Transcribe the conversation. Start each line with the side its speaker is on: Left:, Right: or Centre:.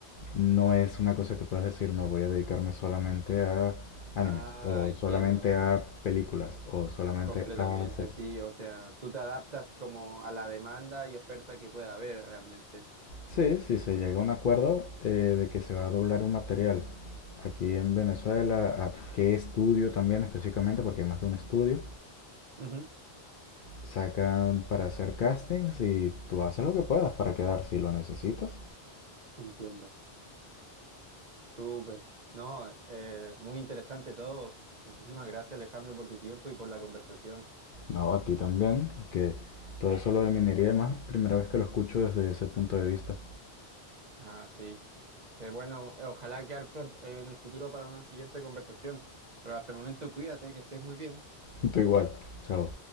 Left: no es una cosa que puedas decir, no voy a dedicarme solamente a animes
Right: Ah,
Left: o
Right: entiendo,
Left: solamente
Right: com-
Left: a películas o solamente
Right: completamente,
Left: a series.
Right: sí. O sea, tú te adaptas como a la demanda y oferta que pueda haber realmente.
Left: Sí, si se llega a un acuerdo eh, de que se va a doblar un material aquí en Venezuela, a qué estudio también específicamente, porque hay más de un estudio,
Right: Ujú,
Left: sacan para hacer castings y tú haces lo que puedas para quedar si lo necesitas.
Right: Entiendo. Súper. No, eh, muy interesante todo. Muchísimas gracias, Alejandro, por tu tiempo y por la conversación.
Left: No, a ti también, que todo eso lo de minería y demás, primera vez que lo escucho desde ese punto de vista.
Right: Ah, sí. Que bueno, eh, ojalá quedar pronto, eh, en el futuro para una siguiente conversación. Pero hasta el momento, cuídate, que estés muy bien.
Left: <laughs> Tú igual, chao.